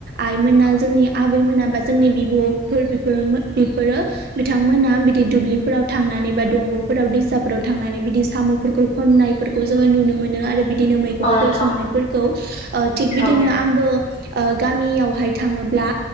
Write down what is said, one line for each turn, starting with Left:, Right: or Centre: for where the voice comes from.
Right: आइमोना जोंनि आबैमोना बा जोंनि बिब'फोर फोर बेफोरो बिथांमोना बिदि दुब्लिफोराव थांनानै बा दंग'फोराव दैसाफोराव थांनानै बिदि साम'फोरखौ खननायफोरखौ जोङो नुनो मोनो आरो बिदिनो मैगंफोर
Left: औ नोंथां
Right: संनायफोरखौ ओ थिग बिदिनो
Left: औ
Right: आंबो ओ गामियावहाय थाङोब्ला